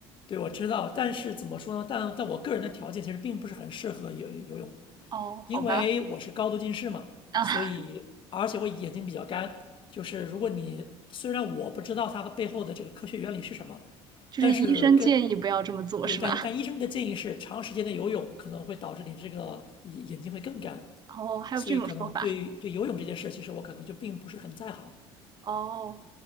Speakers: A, on the left; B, on the right.
A: 对，我知道，但是怎么说呢？但但我个人的条件其实并不是很适合游游泳，
B: 哦，
A: 因为我是高度近视嘛，
B: 好吧，啊。
A: 所以而且我眼睛比较干。就是如果你虽然我不知道它背后的这个科学原理是什么，
B: 就是医生建议不要这么做，
A: 但是跟对，
B: 是吧？
A: 但但医生的建议是，
B: <laughs>
A: 长时间的游泳可能会导致你这个眼眼睛会更干，
B: 哦，还有这种说法。
A: 所以可能对对游泳这件事，其实我可能就并不是很在行。
B: 哦，